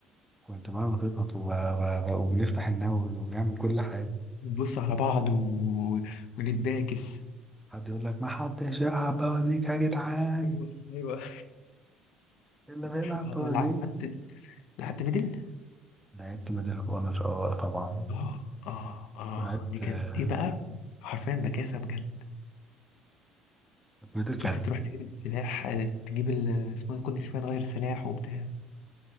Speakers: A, in the centre; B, on the left (about 70°).
A: كنت بعمل خطط وب... وب... وبنفتح النووي وبنعمل كل حاجة
B: نبص على بعض و... ونتباكس
A: حد يقول لك ما حدش يلعب بوازيك يا جدعان
B: ايوه ايوه <laughs>
A: إيه اللي بيلعب
B: اه
A: بوازيك
B: لعبت لعبت ميدل
A: لعبت ميدل أوف أونر أه طبعا
B: اه اه اه
A: ولعبت
B: دي كانت
A: آه،
B: دي بقى حرفيا بكاسه بجد
A: ميدل كانت
B: كنت تروح تجيب السلاح آه، تجيب ال- اسمه إيه ده، كل شويه تغير سلاح وبتاع